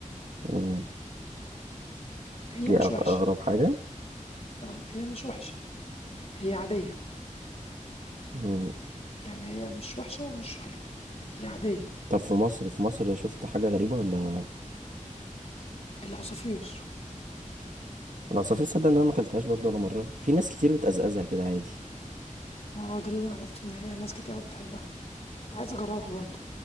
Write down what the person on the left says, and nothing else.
هي
مش
وحشه
تمام؟ هي مش وحشه هي عاديه
يعني هي مش وحشه ومش حلوه هي عاديه
العصافير
ما هو ده اللي انا عرفت ان هي ناس كتير بتحبها عايز اجربها برضو